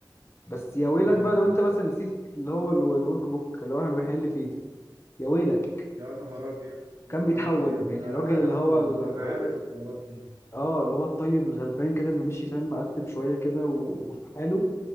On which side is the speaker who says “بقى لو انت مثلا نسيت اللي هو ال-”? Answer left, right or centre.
Left